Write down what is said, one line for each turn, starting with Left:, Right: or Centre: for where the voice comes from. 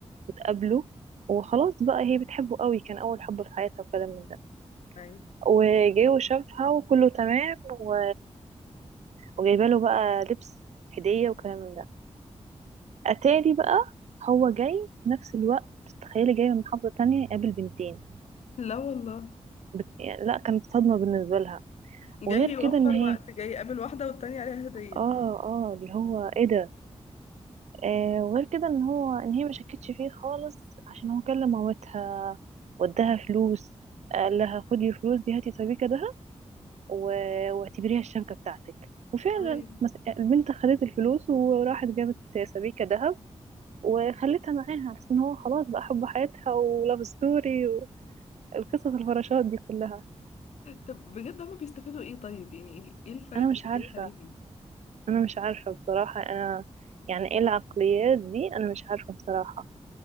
Right: وتقابله وخلاص بقى هي بتحبه قوي كان اول حب في حياتها وكلام من ده
Left: أيوه
Right: وجه وشافها وكله تمام و... وجايبه له بقى لبس هديه وكلام من ده اتاري بقى هو جاي في نفس الوقت تخيلي جاي من محافظه تانية يقابل بنتين
Left: لا والله
Right: بس يعني لا كانت صدمة بالنسبة لها
Left: جاي
Right: وغير كده
Left: يوفر
Right: ان هي
Left: وقت جاي يقابل واحدة والتانية عليها هدية
Right: اه اه اللي هو ايه ده آه وغير كده ان هو ان هي ما شكتش فيه خالص عشان هو كلم مامتها وداها فلوس قال لها خدي الفلوس دي هاتي سبيكة دهب و- واعتبريها الشبكة بتاعتك وفعلا
Left: تمام
Right: مس- البنت خدت الفلوس وراحت جابت سبيكة دهب وخلتها معاها على أساس ان هو خلاص بقى حب حياتها ولاف ستوري والقصص الفراشات دي كلها
Left: طب بجد هما بيستفادوا ايه طيب يعني ايه إيه الفايدة
Right: انا
Left: اللي
Right: مش عارفة
Left: جاية عليهم
Right: انا مش عارفه بصراحه انا يعني ايه العقليات دي انا مش عارفه بصراحه